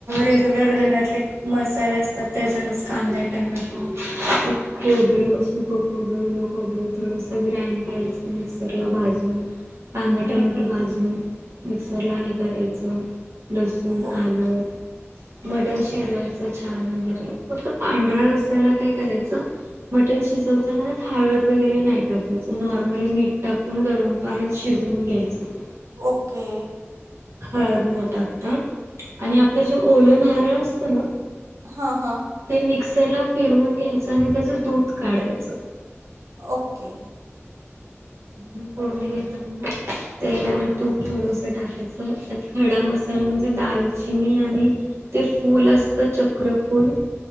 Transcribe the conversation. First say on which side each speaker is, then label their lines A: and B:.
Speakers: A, on the right; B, on the right.
A: रेग्युलर घरातले मसाले असतात त्याच्यानुसार कांदा टमाॅटो स खोबरं सुकं खोबरं उलो खोबरं थोडंसं ग्राईंड मिक्सर ला भाजून कांदा
B: हं,
A: टमॅटो
B: हं.
A: भाजून मिक्सरला आहे करायचं लसूण
B: ओके
A: आलं मटण शिजवायचं छान वगैरे फक्त पांढरा्या रसा्यायला काय करायचं मटन शिजवतानाच हाळद वगैरे नाही टाकायचं नॉर्मली मीठ टाकून गरम पाण्यात शि जेवून घ्यायचं.
B: ओके.
A: हळद न टाकता आणि आपलं जे ओलं नारळ असतं ना
B: हां हां.
A: ते मिक्सरला फिरवून घ्यायचं आणि त्याचं दूध काढायचं.
B: ओके.
A: म फोडणी देेताना तेल आणि तूप थोडंसा टाकायचा त्यात खडा मसाला म्हणजे दालचिनी आणि ते फूल असतं चक्र फूल